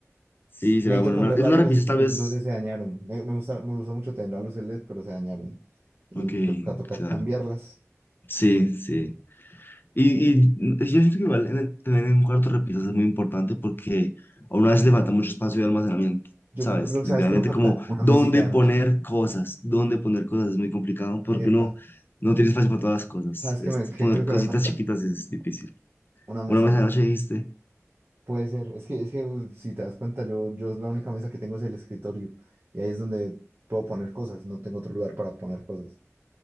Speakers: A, on the left; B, on the right.
A: Sí,
B: Necesito
A: será bueno.
B: cambiar
A: una- es
B: las
A: una
B: luces
A: repisa
B: porque
A: tal vez.
B: mis luces se dañaron. Me, me gusta, me gustó mucho tener las luces LED, pero se dañaron. Y
A: Ok,
B: creo que va a tocar
A: claro.
B: cambiarlas.
A: Sí, sí. Y, y mm, yo siento que igual en el- también en un cuarto de repisas es muy importante porque a una vez le falta mucho espacio de almacenamiento,
B: Yo,
A: ¿sabes?
B: yo creo que,
A: Literalmente
B: ¿sabes qué me falta?
A: como
B: Una
A: dónde
B: mesita de
A: poner
B: noche.
A: cosas, dónde poner cosas es muy complicado porque
B: Epa,
A: uno no tiene espacio para todas las cosas.
B: ¿sabes qué,
A: Es-
B: me, qué
A: poner
B: creo que
A: cositas
B: me falta?
A: chiquitas es difícil.
B: Una mesa
A: Una vez
B: de
A: anoche
B: noche.
A: dijiste,
B: Puede ser, es que, es que uh, si te das cuenta, yo, yo la única mesa que tengo es el escritorio y ahí es donde puedo poner cosas, no tengo otro lugar para poner cosas.